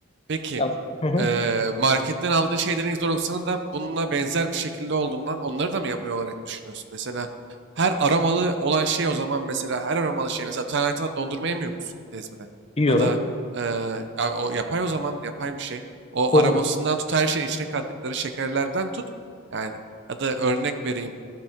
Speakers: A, on the right (about 55°); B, on the left (about 25°).
A: Peki
B: Ya, hı hı,
A: eee, marketten aldığın şeylerin %90'ı da bununla benzer bir şekilde olduğundan onları da mı yapay olarak düşünüyorsun? Mesela her aromalı olan şey o zaman mesela her aromalı şey mesela sen hayatında dondurma yemiyor musun bir kez bile?
B: yiyorum.
A: Ya da eee, ya o yapay o zaman yapay bir şey. O
B: Doğru.
A: aromasından tut her şeyin içine kattıkları şekerlerden tut. Yani ya da örnek vereyim.